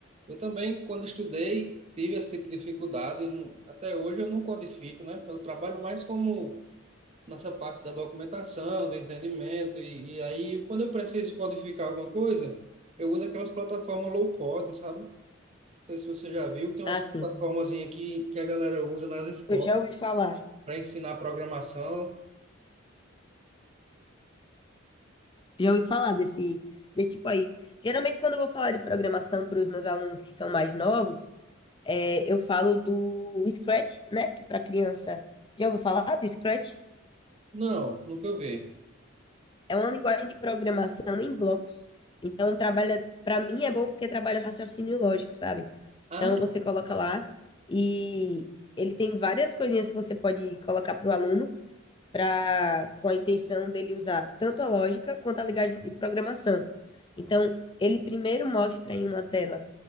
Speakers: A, on the right; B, on the left.
A: Eu também, quando estudei, tive esse tipo de dificuldade. e não- Até hoje eu não codifico, né? Eu trabalho mais como nessa parte da documentação, do entendimento. E, e aí, quando eu preciso codificar alguma coisa, eu uso aquelas plataformas low code, sabe? Não sei se você já viu, tem umas
B: Assim,
A: plataformazinhas que, que a galera usa nas escolas
B: eu já ouvi falar,
A: para ensinar programação.
B: já ouvi falar desse, desse tipo aí. Geralmente, quando eu vou falar de programação para os meus alunos que são mais novos, é, eu falo do Scratch, né? Que para criança. Já ouviu falar do Scratch?
A: Não, nunca vi.
B: É uma linguagem de programação em blocos. Então, trabalha, para mim é bom porque trabalha o raciocínio lógico, sabe?
A: Ah,
B: Então, você coloca lá e ele tem várias coisinhas que você pode colocar para o aluno para com a intenção dele usar tanto a lógica quanto a linguagem de programação. Então, ele primeiro mostra em uma tela